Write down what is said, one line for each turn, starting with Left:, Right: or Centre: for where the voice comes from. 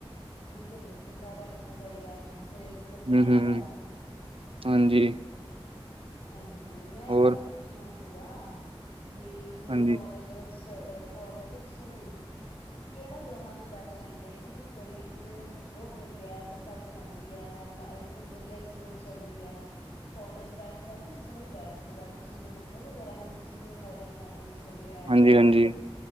Left: ਬਿਲਕੁਲ ਬਿਲਕੁਲ ਸਾਰੇ ਬੱਚਿਆਂ ਦਾ ਹੀ ਹਾਲ ਐ ਮੇਰੇ ਬੱਚੇ ਆਪਣੇ
Right: ਹੂੰ
Left: ਆਪ
Right: ਹੂੰ,
Left: ਘਰ ਨੇ
Right: ਹਾਂਜੀ।
Left: ਹਾਂਜੀ ਮੈਂ
Right: ਹੋਰ
Left: ਭਾਜੀ ਪੁੱਛਣਾ ਸੀਗਾ ਕਿ ਜਿਵੇਂ
Right: ਹਾਂਜੀ
Left: ਕੋਲਜ ਔਰ ਸਟ ਕੋਲਜ ਔਰ ਸਕੂਲ ਕਿਹੜਾ ਦੋਨਾਂ 'ਚ ਬੈਸਟ ਰਹਿੰਦੇ ਕਿਦੀ ਸਟੱਡੀ 'ਚ ਬਹੁਤ ਵਧੀਆ ਐ ਪਰ ਇਫੈਕਟ ਰਹਿੰਦੀ ਐ ਲਾਈਫ ਵੀ ਵਧੀਆ ਸਮੂਥ ਚੱਲਦੀ ਹੈ ਕੋਲਜ ਵੈਸ ਹੈ ਕਿ ਸਕੂਲ ਬੈਸਟ ਹੈਗਾ ਤੁਸੀਂ ਮੈਨੂੰ ਦੱਸੋ ਕਿ ਜਿਹੜਾ ਹੁਣ ਤੁਸੀਂ ਜਿਵੇਂ ਕੋਲਜ ਲਾਈਨ ਵਿੱਚ ਹੈਗੇ ਐਟ
Right: ਹਾਂਜੀ
Left: ਪ੍ਰੈਜੈਂਟ
Right: ਹਾਂਜੀ